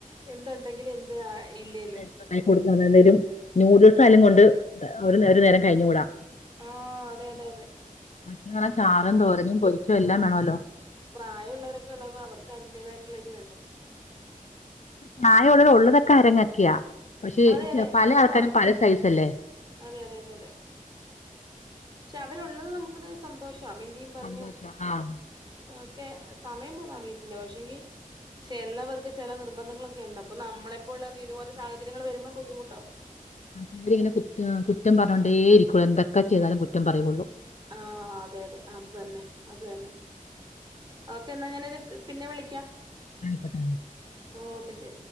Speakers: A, on the right; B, on the left.
A: എന്ത്ണ്ടെങ്കിലും എന്ത് ഇല്ലേലും
B: <unintelligible> ഒരു നൂഡിൽസ് ആയാലും കൊണ്ട് ഒരു നേരം, ഒരു നേരം കഴിഞ്ഞു കൂടാ
A: ആഹ് അതെ അതെ അതെ
B: മറ്റെ വെറെ ചാറും തോരനും പൊരിച്ചും എല്ലാം വേണല്ലോ
A: പ്രായള്ളവരൊക്കെ ഉള്ളപ്പോ അവർക്ക് അതിന്റേതായിട്ടുള്ള ഒരു ഇത് വേണ്ടേ
B: പ്രായ ഉള്ളത് ഉള്ളതൊക്കെ അരങ്ങക്കിയോ പക്ഷെ
A: അതെ അതെ
B: പല
A: രസവാ
B: ആൾക്കാരും പല സൈസ് അല്ലേ
A: അതെ അതെ അതെ അതെ പക്ഷെ അവരുള്ളത് നമുക്കൊരു സന്തോഷ മിണ്ടിയും പറഞ്ഞു
B: സന്തോഷ ആഹ്
A: ഒക്കെ സമയം പോന്ന അറിയത്തില്ല പക്ഷെങ്കി ചിലവർക്ക് ചില നിർബന്ധങ്ങളൊക്കെ ഉണ്ടാവും അപ്പ നമ്മളെപ്പോലുള്ളവർ ഇതുപോലെ സാഹചര്യങ്ങൾ വര്മ്പം ബുദ്ധിമുട്ടാവും
B: ഇവരിങ്ങനെ കുറ്റ കുറ്റം പർഞ്ഞോണ്ടേ ഇരിക്കുള്ളൂ എന്തൊക്കെ ചെയ്താലും കുറ്റം പറയുള്ളൂ
A: ആഹ് അതെ അതെ അത് തന്നെ അത് തന്നെ ഓക്കെ എന്ന ഞാനൊരു പിന്നെ വിളിക്കാം
B: ആയിക്കോട്ടെ
A: ഓക്കെ ശരി